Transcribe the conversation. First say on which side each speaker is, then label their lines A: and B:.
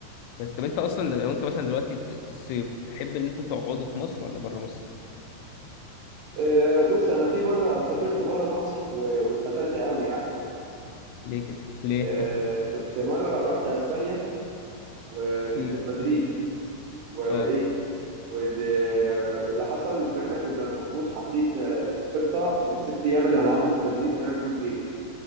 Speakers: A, on the left (about 85°); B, on the right (about 80°).
A: بس طب انت اصلا لو انت مثلا دلوقتي في, في الصيف تحب ان انت تقعده في مصر ولا بره مصر
B: آه بص انا في مرة سافرت بره مصر و- واتقفلت قوي يعني
A: ليه كده ليه
B: آه
A: <laughs>
B: كنت مرة رحت اسبانيا وكنت
A: امم
B: في مدريد وايه
A: اه
B: وال- واللي حصل ان احنا كنا المفروض حاطين آه، خطه للست ايام اللي هنقعدهم في مدريد هنعمل فيهم ايه